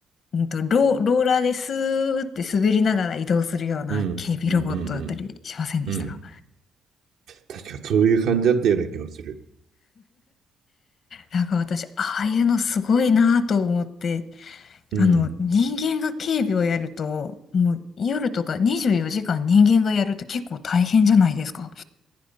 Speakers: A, on the left (about 60°); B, on the right (about 80°).
A: んんんと、ロー、ローラーでスーって滑りながら移動するような警備ロボットだったりしませんでしたか
B: うん、うん、うん、うん。うん確かそういう感じだったような気もする。
A: なんか私、ああいうのすごいなと思って、
B: うん。
A: あの、人間が警備をやると、もう夜とか24時間人間がやると結構大変じゃないですか。